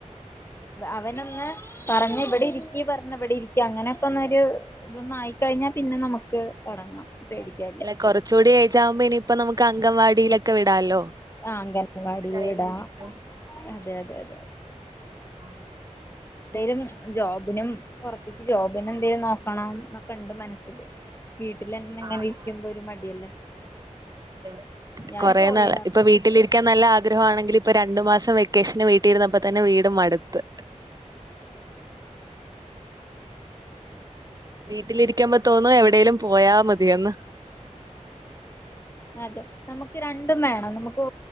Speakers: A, on the left; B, on the right.
A: അവനൊന്ന് പറഞ്ഞ ഇവിടെ ഇരിക്ക് പറഞ്ഞ ഇവിടെ ഇരിക്കും അങ്ങനൊക്കെ ഒന്നൊരു ഇതൊന്ന് ആയിക്കഴിഞ്ഞാൽ പിന്നെ നമുക്ക് തോടങ്ങാം പേടിക്കാല്ല
B: കൊറചൂടെ അയ്ജവുമ്പോ ഇനിയിപ്പ നമുക്ക് അങ്കവാടിയിലൊ ക്ക് വിടാലോ
A: ആ അംഗൻവാടിയിൽ
B: ടൈമും
A: വിടാ
B: കിട്ടും
A: അതെ അതെ അതെ
B: ആഹ്
A: എന്തേലും ജോബിനും പൊറത്തിയ്ക്ക് ജോബിനും എന്തെലും നോക്കണം ന്നൊക്കെ ഉണ്ട് മനസ്സില് വീട്ടിലെന്നെ ങ്ങനെ
B: ആഹ്
A: ഇരിക്കുമ്പോ ഒരു മടിയല്ലേ
B: അതേ അതെ
A: ഞാന്
B: കുറെേ
A: പോയാർന്നു
B: നാള്‌ ഇപ്പൊ വീട്ടിലി ക്കാ നല്ല ആഗ്രഹവാണെങ്കില് ഇപ്പോ രണ്ടുമാസ വെക്കേഷന് വീട്ടിലിരുന്നപ്പോൾ തന്നെ വീ ട്ട് മടുത്ത് വീട്ടിലിരിക്കുമ്പ തോന്നും എവിടെലും പോയാ മതിയന്ന്
A: അതെ നമുക്ക് രണ്ടും വേണം നമുക്ക്